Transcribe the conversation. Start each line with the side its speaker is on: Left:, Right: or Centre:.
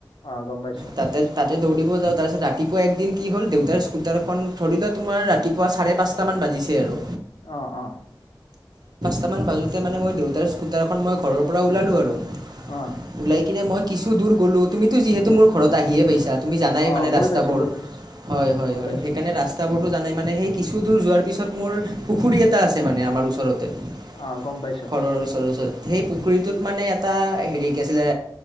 Left: অ গম পাইছো
Right: তাতে তাতে দৌৰ দিব যাওঁ তাৰপিছত ৰাতিপুৱা একদিন কি হ'ল দেউতাৰ স্কুটাৰখন ধৰিলেও তোমাৰ ৰাতি পুৱা চাৰে পাঁচটামান বাজিছে আৰু
Left: অহ অহ
Right: এটামান বাজোতে মানে মই দেউতাৰ স্কুটাৰখন মই ঘৰৰ পৰা ওলালোঁ আৰু
Left: অহ
Right: ওলাই কিনে মই কিছু দূৰ গলো তুমি যিহেতো মূৰ ঘৰত আহিয়ে পাইছা। তুমি জানাই
Left: অ
Right: মানে
Left: গৈ
Right: ৰাস্তাবোৰ
Left: পাইছো গৈ পাইছো
Right: হয় হয়
Left: গৈ
Right: হয়
Left: পাইছো
Right: সেইকাৰণে ৰাস্তাবোৰো জানাই মানে সেই কিছু দূৰ যোৱাৰ পিছত মোৰ পুখুৰী এটা আছে মানে আমাৰ ওচৰতে ঘৰৰ
Left: অ গম পাইছো
Right: ওচৰৰ ওচৰত সেই পুখুৰীটোত
Left: উম,
Right: মানে এটা হেৰি কি আছিলে।